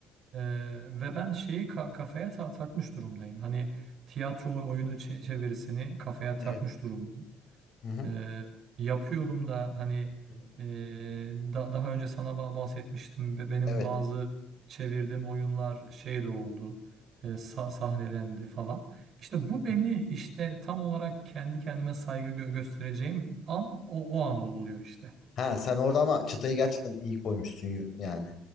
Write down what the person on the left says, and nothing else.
evet.
Hı hı.
Hı hı.
Evet.
Hı hı.
Ha sen orada ama çıtayı gerçekten iyi koymuşsun y- yani.